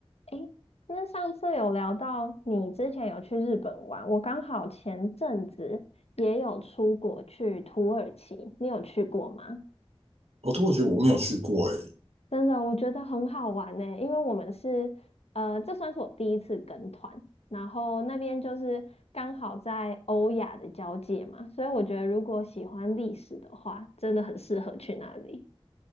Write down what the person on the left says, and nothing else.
诶，那上次有聊到你之前有去日本玩，我刚好前阵子也有出国去土耳其，你有去过吗？
真的，我觉得很好玩呢，因为我们是，呃，这算是我第一次跟团，然后那边就是刚好在欧亚的交界嘛，所以我觉得如果喜欢历史的话，真的很适合去那里。